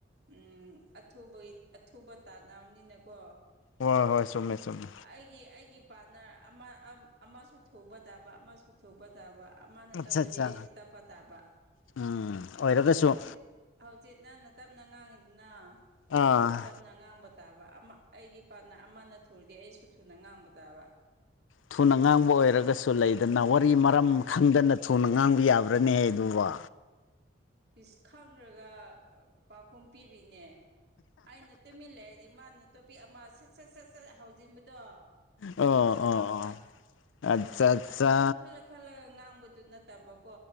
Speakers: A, on the right (about 55°); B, on the left (about 85°).
A: ꯎꯝ ꯑꯊꯨꯕꯩ ꯑꯊꯨꯕ ꯇꯥꯟꯅꯝꯅꯤꯅꯀꯣ
B: ꯍꯣꯏ ꯍꯣꯏ ꯆꯨꯝꯃꯦ ꯆꯨꯝꯃꯦ
A: ꯑꯩꯒꯤ ꯑꯩꯒꯤ ꯄ꯭ꯔꯥꯠꯅꯔ ꯑꯃ ꯑꯝ ꯑꯃꯁꯨ ꯊꯨꯕ ꯇꯥꯕ ꯑꯃꯁꯨ ꯊꯨꯕ ꯇꯥꯕ ꯑꯃꯅ
B: ꯑꯠꯆꯥ
A: ꯇꯞꯂꯗꯤ
B: ꯑꯠꯆꯥ
A: ꯑꯩꯁꯨ ꯇꯞꯄ ꯇꯥꯕ
B: ꯎꯝ ꯑꯣꯏꯔꯒꯁꯨ
A: ꯍꯧꯖꯤꯛ ꯍꯧꯖꯤꯛ ꯅꯪꯅ ꯇꯞꯅ ꯉꯥꯡꯉꯤ ꯅ
B: ꯑꯥ
A: ꯑꯩꯁꯨ ꯇꯞꯅ ꯉꯥꯡꯕ ꯇꯥꯕ ꯑꯃ ꯑꯩꯒꯤ ꯄ꯭ꯔꯥꯠꯅꯔ ꯑꯃꯅ ꯊꯨꯔꯗꯤ ꯑꯩꯁꯨ ꯊꯨꯅ ꯉꯥꯡꯕ ꯇꯥꯕ
B: ꯊꯨꯅ ꯉꯥꯡꯕ ꯑꯣꯏꯔꯒꯁꯨ ꯂꯩꯗꯅ ꯋꯥꯔꯤ ꯃꯔꯝ
A: ꯍꯣꯏ
B: ꯈꯪꯗꯅ ꯊꯨꯅ ꯉꯥꯡꯕ ꯌꯥꯕ꯭ꯔꯥꯅꯦꯍꯦ ꯑꯗꯨꯕꯣ
A: ꯏꯁ ꯈꯪꯗ꯭ꯔꯥꯒ ꯄꯥꯎꯈꯨꯝ ꯄꯤꯔꯤꯅꯦ ꯑꯩꯅ ꯇꯨꯃꯤꯟ ꯂꯩꯔꯗꯤ ꯃꯥꯅ ꯇꯣꯄꯤꯛ ꯑꯃ ꯁꯠ ꯁꯠ ꯁꯠ ꯁꯠ ꯍꯧꯖꯤꯟꯕꯗꯣ
B: ꯑꯣ
A: ꯑꯗꯨ ꯄꯥꯝꯕ
B: ꯑꯣ ꯑꯠꯆꯥ ꯑꯠꯆꯥ
A: ꯑꯗꯨꯝ ꯈꯜꯂ ꯈꯜꯂꯒ ꯉꯥꯡꯕꯗꯨ ꯅꯠ ꯀꯣ